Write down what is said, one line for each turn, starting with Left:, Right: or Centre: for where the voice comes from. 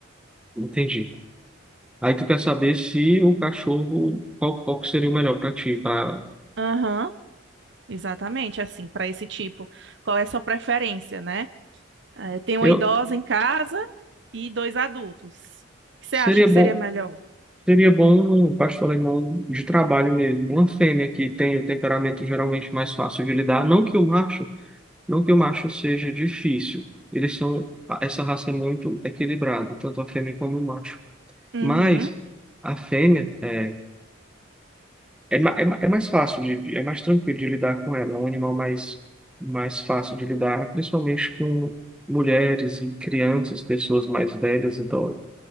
Centre: entendi. Aí tu quer saber se o cachorro, qual, qual que seria o melhor para ti, para
Right: Aham. Exatamente, assim, para esse tipo. Qual é a sua preferência, né? Eh, tem uma
Centre: eu
Right: idosa em casa e dois adultos. O que você
Centre: seria
Right: acha que
Centre: bom
Right: seria melhor?
Centre: Seria bom um pastor alemão de trabalho mesmo, uma fêmea que tem o temperamento geralmente mais fácil de lidar, não que o macho, não que o macho seja difícil. Eles são, essa raça é muito equilibrada, tanto a fêmea como o macho.
Right: Uhum,
Centre: Mas a fêmea é, é, ma- é, ma- é mais fácil de, de- é mais tranquilo de lidar com ela, é um animal mais mais fácil de lidar, principalmente com mulheres e crianças, pessoas mais velhas, idosas.